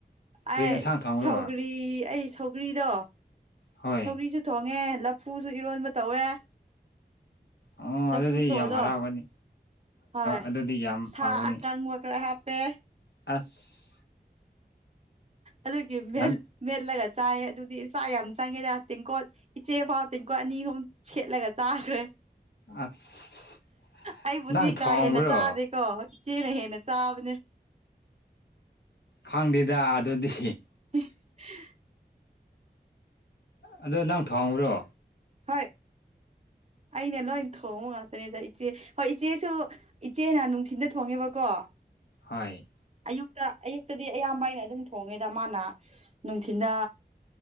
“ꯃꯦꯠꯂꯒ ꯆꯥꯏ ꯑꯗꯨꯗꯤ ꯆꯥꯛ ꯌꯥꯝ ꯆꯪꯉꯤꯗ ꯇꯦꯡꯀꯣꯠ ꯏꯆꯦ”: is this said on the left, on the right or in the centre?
Right